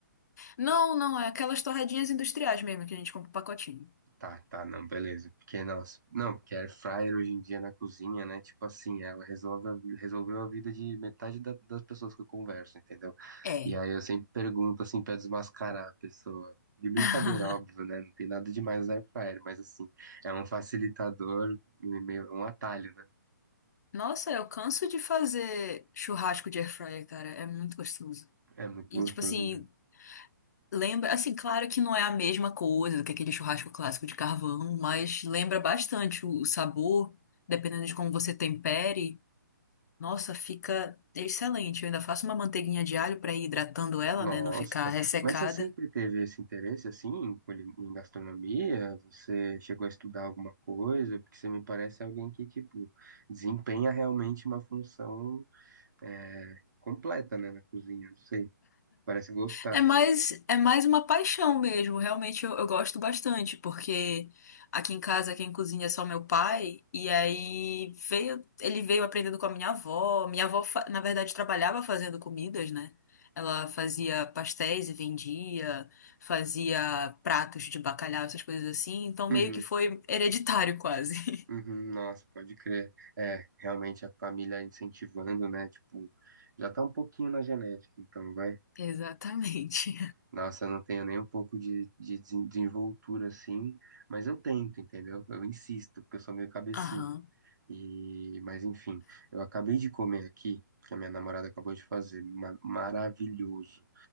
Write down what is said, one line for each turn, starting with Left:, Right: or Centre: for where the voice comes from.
Left: Não, não, é aquelas torradinhas industriais mesmo que a gente compra o pacotinho.
Right: Tá, tá, não, beleza. Porque, nossa, não, porque air fryer hoje em dia na cozinha, né? Tipo assim, ela resolve, a vi- resolveu a vida de metade da- das pessoas que eu converso, entendeu?
Left: É.
Right: E aí eu sempre pergunto, assim, pra desmascarar a pessoa. De brincadeira,
Left: <laughs>
Right: óbvio, né? Não tem nada demais no air fryer, mas assim, é um facilitador, meio, um atalho, né?
Left: Nossa, eu canso de fazer churrasco de air fryer, cara, é muito gostoso.
Right: É muito
Left: E
Right: gostoso
Left: tipo assim,
Right: mesmo.
Left: Lembra, assim, claro que não é a mesma coisa do que aquele churrasco clássico de carvão, mas lembra bastante o, o sabor, dependendo de como você tempere. Nossa, fica excelente. Eu ainda faço uma manteiguinha de alho para ir hidratando ela,
Right: Nossa,
Left: né, não ficar ressecada.
Right: mas você sempre teve esse interesse assim em, culi- em gastronomia? Você chegou a estudar alguma coisa? Porque você me parece alguém que, tipo, desempenha realmente uma função é, completa, né, na cozinha. Não sei, parece gostar.
Left: É mais, é mais uma paixão mesmo. Realmente eu, eu gosto bastante, porque aqui em casa quem cozinha é só meu pai, e aí veio, ele veio aprendendo com a minha avó. Minha avó, fa- na verdade, trabalhava fazendo comidas, né? Ela fazia pastéis e vendia, fazia pratos de bacalhau, essas coisas assim. Então
Right: Uhum,
Left: meio que foi hereditário quase.
Right: uhum,
Left: <laughs>
Right: nossa, pode crer. É, realmente a família incentivando, né? Tipo, já tá um pouquinho na genética, então vai.
Left: Exatamente.
Right: Nossa, eu não tenho nem um pouco de, de desen- desenvoltura assim, mas eu tento, entendeu? Eu insisto, porque eu sou meio cabeçudo.
Left: Aham.
Right: E, mas enfim, eu acabei de comer aqui, que a minha namorada acabou de fazer, ma- maravilhoso.